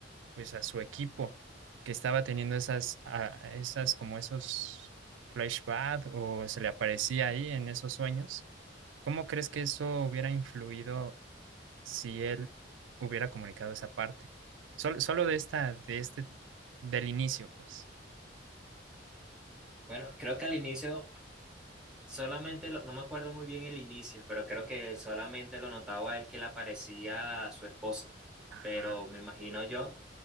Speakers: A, on the right; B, in the centre.
A: pues a su equipo que estaba teniendo esas, a- esas como esos flashbacks o se le aparecía ahí en esos sueños. ¿Cómo crees que eso hubiera influido si él hubiera comunicado esa parte? Solo, solo de esta, de este, del inicio, pues.
B: Bueno, creo que al inicio solamente lo- no me acuerdo muy bien el inicio, pero creo que solamente lo notaba él que le aparecía a su esposa.
A: Ajá.
B: Pero me imagino yo